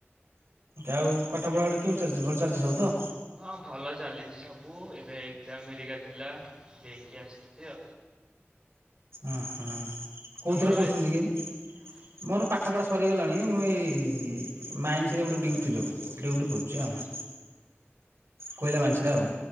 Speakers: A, on the right; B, on the right.
A: ଆଉ ପାଠପଢ଼ା କେମିତି ଚାଲିଛି ସବୁ ଭଲ ଚାଲିଛି ସବୁ ତ?
B: ହଁ ଭଲ ଚାଲିଛି ସବୁ ଏବେ ଏକ୍କାମ ଏରିକା ଥିଲା ଦେଇକି ଆସିଛି ଆଉ। <inaudible>
A: ଅ ହଁ
B: ତମର
A: କୋଉଥିରେ ପଢୁଛନ୍ତି କି ଏବେ?
B: <inaudible>
A: ମୋର ପାଠପଢା ସରିଗଲାଣି ମୁଁ ଏଇ ମାଇନ୍ସରେ ଗୋଟେ ଡ୍ୟୁଟିର ଡ୍ୟୁଟି କରୁଛି ଆଉ। କୋଇଲା ମାଇନ୍ସରେ ଆଉ